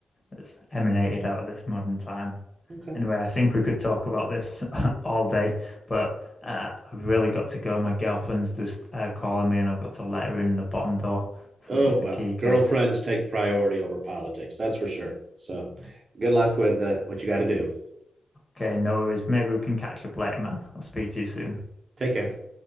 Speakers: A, on the left; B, on the right.
A: that's emanated out of this modern time.
B: Okay,
A: Anyway, I think we could talk about this <laughs> all day, but uh, I've really got to go. My girlfriend's just uh, calling me, and I've got to let her in the bottom door, so
B: oh
A: I need the
B: well,
A: key code.
B: girlfriends take priority over politics. That's for sure. So, good luck with uh, what you got to do.
A: Okay, no worries. Maybe we can catch up later, man. I'll speak to you soon.
B: Take care.